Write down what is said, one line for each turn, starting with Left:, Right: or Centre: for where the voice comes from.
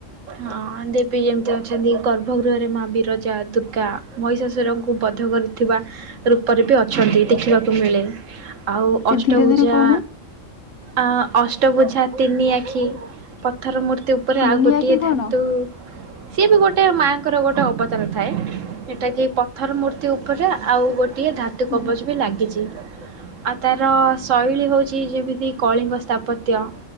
Right: ହଁ ଦେବୀ ଯେମିତି ଅଛନ୍ତି ଗର୍ଭଗୃହରେ ମା ବିରଜା ଦୁର୍ଗା ମହିଶାସୁରଙ୍କୁ କୁ ବଧ କରିଥିବା ରୂପରେ ବି ଅଛନ୍ତି ଦେଖିବାକୁ ମିଳେ। ଆଉ
Left: ଟିକେ
Right: ଅଷ୍ଟଭୂଜା
Left: ଧୀରେ ଧୀରେ କହୁନୁ
Right: ଆ ଅଷ୍ଟଭୁଜା ତିନି ଆଖି। ପ ପଥର ମୂର୍ତ୍ତି ଉପରେ
Left: ତିନିଆ
Right: ଆଉ ଗୋଟିଏ
Left: କି କଣ?
Right: ଧାତୁ ସିଏ ବି ଗୋଟେ ମାଙ୍କର ଗୋଟେ ଅବତାର ଥାଏ ସେଟା କି ପଥର ମୂର୍ତ୍ତି ଉପରେ। ଆଉ ଗୋଟିଏ ଧାତୁ
Left: ହୁଁ
Right: କବଚ ବି ଲାଗିଛି। ଆଉ ତାର ଶୈଳୀ ହୋଉଛି ଯେମିତି କଳିଙ୍ଗ ସ୍ଥାପତ୍ୟ।